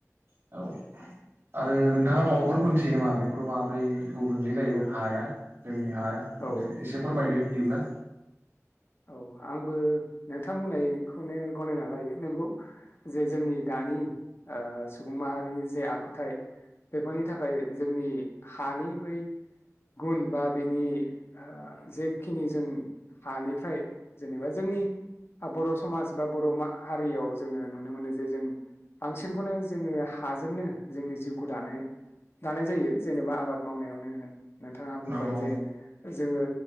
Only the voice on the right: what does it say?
औ आरो नों नोंथाङा माबाफोर मोनथियो नामा बेफोराव माबोरै गुबुंले जायो
हाया जोंनि हाया
ओंखाय एसे फोरमायदो दिब्ला
नांगौ